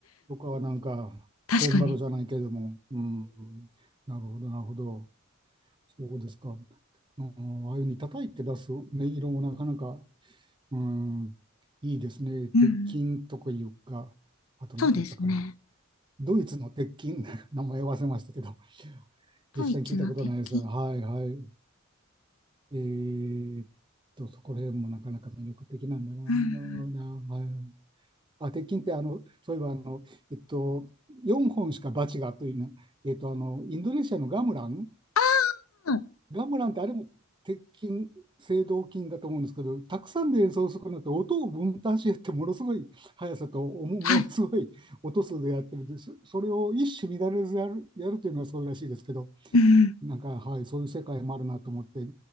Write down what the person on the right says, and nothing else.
とかはなんか、
チェンバロじゃないけれども、うん、なるほど、なるほど。そうですか。うん、ああいうふうに叩いて出す音色もなかなか、うん、いいですね。鉄筋とかいうか、
あと何だったかな。
ドイツの鉄筋、<laughs> 名前忘れましたけど、
実際に聞いたことないです。はいはい。えーっと、そこら辺もなかなか魅力的なんだなぁ、
はい。あ、鉄筋って、あの、そういえば、あの、えっと、4本しかバチがというな、えっと、あの、インドネシアのガムラン、
ガムランってあれも鉄筋、青銅筋だと思うんですけど、たくさんで演奏するのって音を分担してやって、ものすごい速さと、おも、<laughs> ものすごい音数でやってるんです。
それを一糸乱れずやる、やるというのはそうらしいですけど、
なんか、はい、そういう世界もあるなと思って、